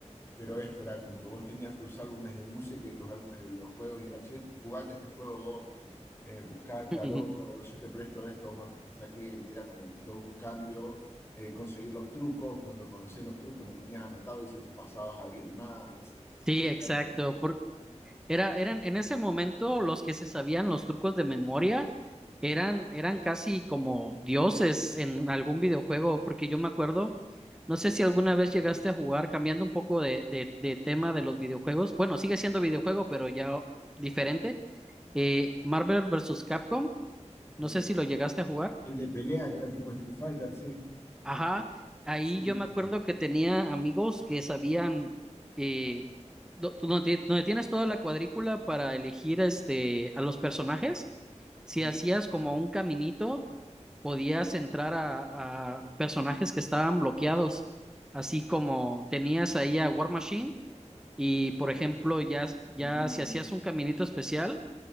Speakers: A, on the left (about 20°); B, in the centre.
A: Pero esto era como que vos tenías tus álbumes de música y tus álbumes de videojuegos y era, che, jugate este juego vos, eh, buscá tal
B: <laughs>
A: otro, yo te presto este, vos me prestás aquel, y era como que todo un cambio, eh, conseguir los trucos, cuando conocías los trucos los tenías anotados y se los pasabas a alguien más,
B: Sí,
A: era
B: exacto.
A: como que,
B: por- Era, eran, en ese momento los que se sabían los trucos de memoria eran, eran casi como dioses en algún videojuego, porque yo me acuerdo, no sé si alguna vez llegaste a jugar, cambiando un poco de, de- de tema de los videojuegos, bueno, sigue siendo videojuego, pero ya diferente, eh, Marvel versus Capcom, no
A: eh,
B: sé si lo llegaste a jugar.
A: el de pelea que era tipo Street Fighter, sí,
B: Ajá, ahí
A: sí,
B: yo me
A: sí,
B: acuerdo que tenía amigos que sabían eh, do- donde, ti- donde tienes toda la cuadrícula para elegir este a los personajes. Si
A: sí.
B: hacías como un caminito, podías entrar a, a personajes que estaban bloqueados. Así como tenías ahí a War Machine y por ejemplo ya ya
A: ¿Sí?
B: si hacías un caminito especial